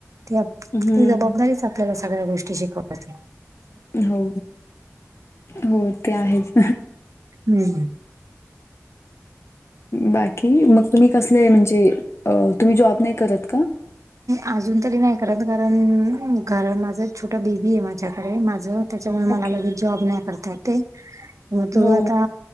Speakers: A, on the right (about 75°); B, on the left (about 55°).
A: ती आप,
B: हम्म.
A: ती जबाबदारीच आपल्याला सगळ्या गोष्टी शिकवणार.
B: हो. हो ते आहेच.
A: हम्म.
B: बाकी मग तुम्ही कसले म्हणजे तुम्ही जॉब नाही करत का?
A: अजून तरी नाही करत. कारण घर माझं छोटं बेबीय माझ्याकडे माझं. त्याच्यामुळे
B: ओके
A: मला लगेच जॉब नाही करता येते. मग तो
B: हो
A: आता